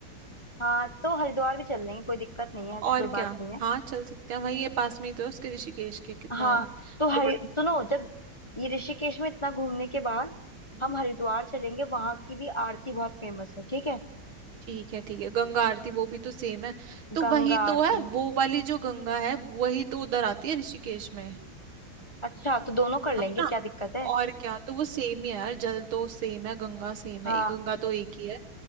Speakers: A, on the left (about 25°); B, on the right (about 90°).
A: हाँ तो हरिद्वार भी चल लेंगे कोई दिक्कत नहीं है ऐसी
B: और
A: कोई
B: क्या
A: बात नहीं है
B: हाँ चल सकते हैं वहीं ये पास में ही तो है उसके ऋषिकेश के कितना
A: हाँ तो हरि
B: दौड़
A: सुनो जब ये ऋषिकेश में इतना घूमने के बाद
B: हम्म,
A: हम हरिद्वार चलेंगे वहां की भी आरती बहुत फेमस है ठीक है
B: ठीक है ठीक है गंगा आरती वो भी तो सेम है तो
A: गंगा
B: वही तो
A: आरती
B: है वो वाली जो गंगा है वही तो उधर आती है ऋषिकेश में
A: अच्छा तो दोनों कर
B: है
A: लेंगे
B: ना
A: क्या दिक्कत है
B: और क्या तो वो सेम ही है यार जल तो सेम है गंगा सेम
A: हाँ
B: है गंगा तो एक ही है